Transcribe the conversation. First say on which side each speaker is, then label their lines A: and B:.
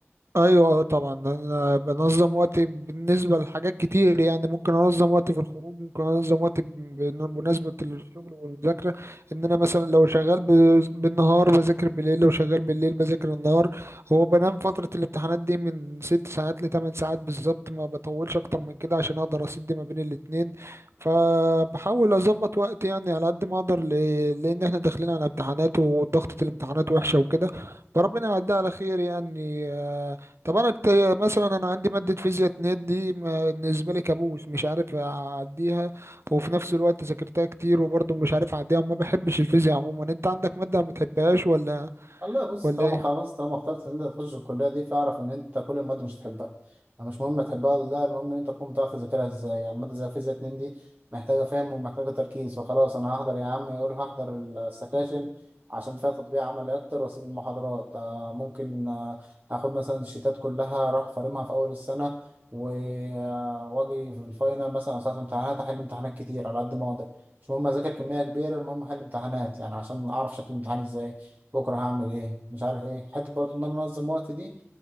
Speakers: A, on the right; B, on the right.
A: ايوه آه طبعا انا بنظم وقتي بالنسبه لحاجات كتير يعني ممكن انظم وقتي في الخروج ممكن انظم وقتي ب- بمناسبه الشغل والمذاكره ان انا مثلا لو شغال ب- بالنهار بذاكر بالليل لو شغال بالليل بذاكر النهار هو بنام فتره الامتحانات دي من ست ساعات لثمان ساعات بالظبط ما بطولش اكتر من كده عشان اقدر اسد ما بين الاتنين فبحاول اظبط وقتي يعني على قد ما اقدر ل- لان احنا داخلين على امتحانات وضغطه الامتحانات وحشه وكده فربنا يعديها على خير يعني آه، طب انا الت- مثلا انا عندي ماده فيزياء 2 دي ما- بالنسبه لي كابوس مش عارف اعديها وفي نفس الوقت ذاكرتها كتير وبرضه مش عارف اعديها وما بحبش الفيزياء عموما انت عندك ماده ما بتحبهاش ولا
B: والله بص
A: ولا
B: طالما
A: إيه؟
B: خلاص طالما اخترت ان انت تخش الكليه دي فاعرف ان انت كل المواد مش هتحبها يعني مش مهم تحبها ولا لا المهم ان انت تكون بتعرف تذاكرها ازاي يعني ماده زي فيزياء 2 دي محتاجه فهم ومحتاجه تركيز فخلاص انا هحضر يا عم يقول هحضر السكاشن عشان فيها تطبيق عملي اكتر واسيب المحاضرات آه، ممكن آه، اخد مثلا الشيتات كلها اروح فارمها في اول السنه و- آه، واجي في الفاينل مثلا أو ساعه الامتحانات احل امتحانات كتير على قد ما اقدر مش مهم اذاكر كميه كبيره المهم احل امتحانات يعني عشان اعرف شكل الامتحان ازاي بكره هعمل ايه مش عارف ايه حته برضو ان انا انظم وقت دي